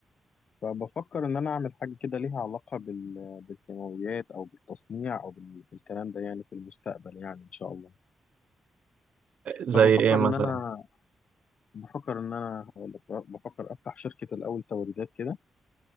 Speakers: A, on the left; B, on the right.
A: فبفكر إن أنا أعمل حاجة كده ليها علاقة بال- بالكيماويات أو بالتصنيع أو بال- بالكلام ده يعني في المستقبل يعني إن شاء الله
B: زي
A: فبفكر
B: ايه مثلا
A: إن أنا بفكر إن أنا هقول لك بقى، بفكر أفتح شركة الأول توريدات كده